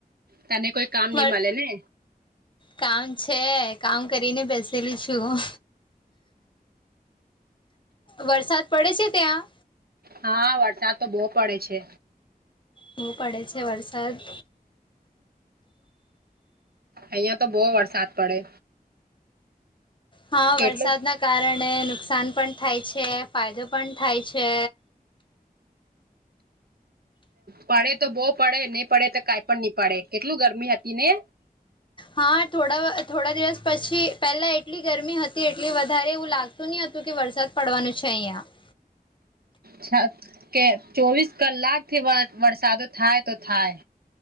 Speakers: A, on the right; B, on the left.
A: તને કોઈ કામ
B: પણ
A: નઈ મળે ને?
B: કામ છે કામ કરીને બેસેલીઈશું. વરસાદ પડે છે ત્યાં?
A: હા વરસાદ તો બહુ પડે છે.
B: હોવું પડે છે વરસાદ.
A: અહિયાં તો બહુ વરસાદ પડે.
B: હા
A: કેટલું
B: વરસાદના કારણે નુકસાન પણ થાય છે ફાયદો પણ થાય છે.
A: પડે તો બહુ પડે નહી પડે તો કાઈ પણ નહી પડે કેટલું ગરમી હતી ને.
B: હા થોડા થોડા દિવસ પછી પેલા એટલી ગરમી હતી એટલી વધારે એવું લાગત શું ની હતું કે વરસાદ પડવાનું છે અહિયાં.
A: છ કે ચોવીસ કલાક થી વ વરસાદો થાય તો થાય.